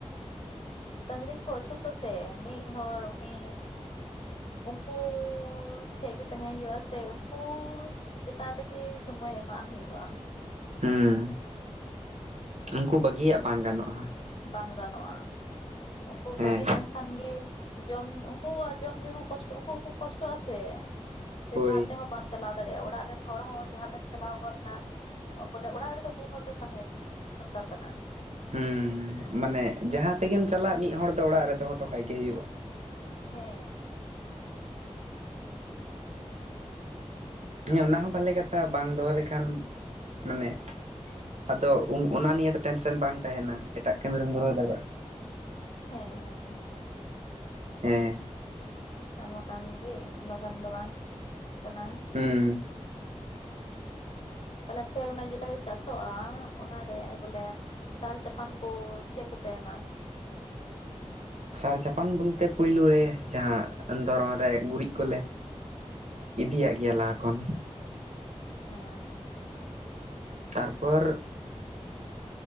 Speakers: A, on the left; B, on the right.
A: ᱰᱟᱝᱨᱤ ᱠᱚ ᱟᱹᱥᱩᱞ ᱫᱚᱥᱮ ᱢᱤᱫ ᱦᱚᱲ ᱩᱱᱤ ᱩᱱᱠᱩ ᱴᱷᱮᱡ ᱜᱮ ᱛᱟᱦᱮᱸ ᱦᱩᱭᱩᱜᱼᱟ ᱥᱮ ᱩᱱᱠᱩᱻ ᱪᱮᱛᱟᱱ ᱨᱮᱜᱮ ᱥᱳᱢᱳᱭ ᱮᱢᱟᱜ ᱦᱩᱭᱩᱜᱼᱟ᱾
B: ᱦᱩᱸ ᱩᱱᱠᱩ ᱵᱟᱹᱜᱤᱭᱟᱜ ᱵᱟᱝ ᱜᱟᱱᱚᱜᱼᱟ᱾
A: ᱵᱟᱝ ᱜᱟᱱᱚᱜᱼᱟ ᱩᱱᱠᱩ
B: ᱦᱮᱸ
A: ᱵᱟᱹᱜᱤ ᱞᱮᱱᱠᱷᱟᱱ ᱜᱮ ᱡᱚᱢ ᱩᱱᱠᱩᱣᱟᱜ ᱡᱚᱢ ᱧᱩ ᱦᱚᱸ ᱠᱚᱥᱴᱚ ᱩᱱᱠᱩ ᱦᱚᱸᱠᱚ ᱠᱚᱥᱴᱚᱜᱼᱟ ᱥᱮ, ᱥᱮ
B: ᱦᱳᱭ
A: ᱡᱟᱦᱟᱸ ᱛᱮᱦᱚᱸ ᱵᱟᱢ ᱪᱟᱞᱟᱣ ᱫᱟᱲᱮᱭᱟᱜᱼᱟ ᱚᱲᱟᱜ ᱨᱮᱱ ᱦᱚᱲ ᱦᱚᱸ ᱡᱟᱦᱟᱸ ᱛᱮᱢ ᱪᱟᱞᱟᱣ ᱜᱚᱫᱱᱟ, ᱛᱟᱯᱟᱨᱮ ᱚᱲᱟᱜ ᱦᱚᱲ ᱫᱚ ᱢᱤᱫ ᱦᱚᱲ ᱫᱚ ᱛᱟᱦᱮᱸ ᱫᱚᱨᱠᱟᱨ ᱠᱟᱱᱟ᱾
B: ᱦᱩᱸ ᱢᱟᱱᱮ ᱡᱟᱦᱟᱸ ᱛᱮᱜᱮᱢ ᱪᱟᱞᱟᱜ ᱢᱤᱫ ᱦᱚᱲ ᱫᱚ ᱚᱲᱟᱜ ᱨᱮ ᱫᱚᱦᱚᱴᱚᱠᱟᱭ ᱜᱮ ᱦᱩᱭᱩᱜᱼᱟ᱾
A: ᱦᱮᱸ
B: ᱦᱮᱸ ᱚᱱᱟ ᱦᱚᱸ ᱵᱷᱟᱞᱮ ᱠᱟᱛᱷᱟ ᱵᱟᱝ ᱫᱚᱦᱚ ᱞᱮᱠᱷᱟᱱ ᱢᱟᱱᱮ ᱟᱫᱚ ᱩᱝ ᱚᱱᱟ ᱱᱤᱭᱮ ᱫᱚ ᱴᱮᱱᱥᱮᱱ ᱵᱟᱝ ᱛᱟᱦᱮᱱᱟ ᱮᱴᱟᱜ ᱠᱟᱹᱢᱤ ᱨᱮᱢ ᱫᱷᱩᱨᱟᱹᱣ ᱫᱟᱲᱮᱭᱟᱜᱼᱟ᱾
A: ᱦᱮᱸ ᱦᱮᱸ ᱦᱮᱸ᱾
B: ᱦᱮᱸ᱾
A: ᱧᱟᱢ ᱟᱠᱟᱱ ᱜᱮ ᱵᱟᱠᱷᱟᱱ ᱫᱚ ᱵᱟᱝ ᱠᱟᱱᱟ᱾
B: ᱦᱩᱸ᱾
A: ᱛᱟᱦᱚᱞᱮ ᱟᱯᱮ ᱚᱱᱟ ᱡᱮᱴᱟ ᱯᱮ ᱪᱟᱥᱚᱜᱼᱟ ᱚᱱᱟᱨᱮ ᱵᱚᱞᱮ ᱥᱟᱨ ᱪᱟᱯᱟᱱ ᱠᱚ ᱪᱮᱫ ᱠᱚᱯᱮ ᱮᱢᱟᱜ-ᱟ?
B: ᱥᱟᱨ ᱪᱟᱯᱟᱱ ᱵᱚᱞᱛᱮ ᱯᱩᱭᱞᱩ ᱨᱮ ᱡᱟᱦᱟᱸ ᱫᱷᱚᱨᱚᱱ ᱨᱮ ᱜᱩᱨᱤᱡ ᱠᱚᱞᱮ ᱤᱫᱤᱭᱟᱜ ᱜᱮᱭᱟ ᱞᱟᱦᱟ ᱠᱷᱚᱱ᱾
A: ᱮᱸ
B: ᱛᱟᱨᱯᱚᱨ